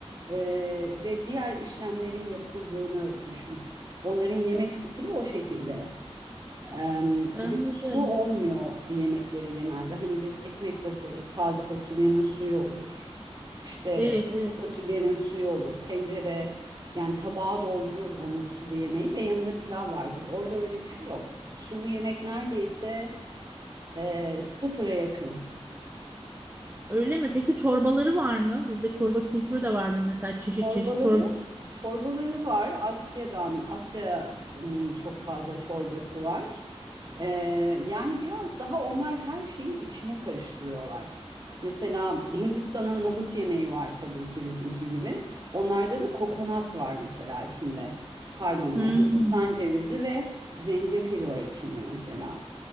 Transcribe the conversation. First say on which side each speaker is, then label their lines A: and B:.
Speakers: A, on the right (about 35°); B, on the right (about 20°).
A: e, ve diğer işlemlerin yapıldığını düşün. Onların yemek stili o şekilde. Ee,
B: anladım.
A: ve sulu olmuyor yemekleri genelde. Hani biz ekmek batırırız, taze fasulyenin suyu olur. İşte
B: Evet, evet.
A: kuru fasulyenin suyu olur. Tencere yani tabağa doldurur onun sulu yemeği ve yanında pilav vardır. Orada öyle bir şey yok. Sulu yemek neredeyse e, sıfıra yakın.
B: Öyle mi? Peki çorbaları var mı? Bizde çorba kültürü de vardır mesela çeşit
A: Çorbaları,
B: çeşit çorba.
A: çorbaları var. Asya'dan, Asya'nın çok fazla çorbası var. Ee, yani biraz daha onlar her şeyi içine karıştırıyorlar. Mesela Hindistan'ın nohut yemeği var tabii ki bizimki gibi. Onlarda da kokonat var mesela içinde. Pardon
B: Hmm,
A: ya Hindistan cevizi ve zencefil var içinde mesela.